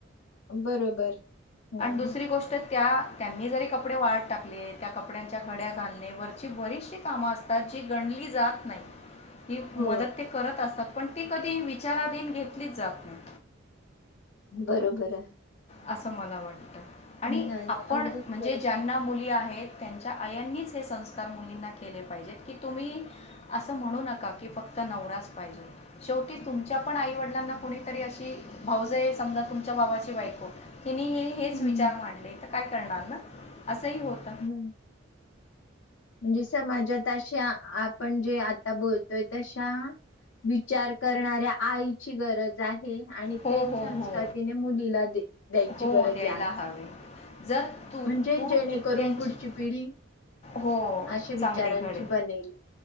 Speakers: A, on the left; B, on the left.
A: बरोबर हम्म
B: दु गोष्ट त्या त्यांनी जरी कपडे वाट टाकले त्या कपड्यांच्या घड्या घालणे वरची बरीचशी कामं असतेात त्याची गणली जात नाही ही
A: हो
B: मदत ते करत असतात पण ती कधी विचाराधीन घेतलीच जात नाही
A: बरोबर आहे
B: असं मला वाटतं आणि
A: नाही
B: आपण
A: अगदीच
B: म्हणजे
A: बरोबर.
B: ज त्यांना मुली आहेत त्यांच्या आयांनीच हे संस्कार मुलींना केले पाहिजेत की तुम्ही असं म्हणू नका की फक्त नवराच पाहिजे शेवटी तुमच्या पण आईवडिलांना कुणीतरी अशी भाऊजय समजा तुमच्या बाबाची बायको कि हे हेच
A: हम्म.
B: विचार मांडले तर काय करणार ना असंही होत
A: हम् म्हणजे समाजात अशा आपण जे आता बोलतोय तशा विचार करणाऱ्या आईची गरज आहे आणि
B: हो
A: तेच
B: हो
A: संस्कतीने
B: हो
A: मुलीला दे द्यायची
B: हो
A: गरज
B: द्यायला
A: आहे आज
B: हवे जर तू
A: म्हणजे
B: तू
A: जेणेकरून
B: त्यांची
A: पुढची पिढी
B: हो
A: अशा विचारांची
B: चांगलीकडे
A: बनेल.